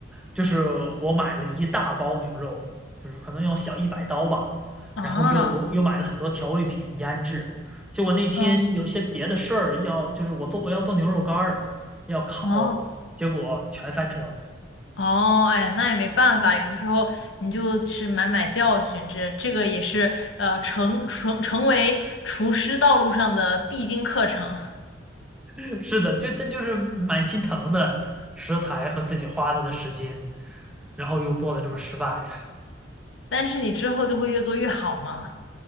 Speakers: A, in the centre; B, on the left.
A: 就是我买了一大包牛肉，就是可能要小一百刀吧，
B: 啊，
A: 然后又又买了很多调味品腌制，结果那天有些别的事儿要，
B: 嗯，
A: 就是我做我要做牛肉干儿，要烤，
B: 哦。
A: 结果全翻车了。
B: 哦，哎，那也没办法，有的时候你就是买买教训，这这个也是呃成成成为厨师道路上的必经课程，
A: <laughs> 是的，就但就是蛮心疼的食材和自己花了的时间，然后又做的这么失败。
B: 但是你之后就会越做越好嘛，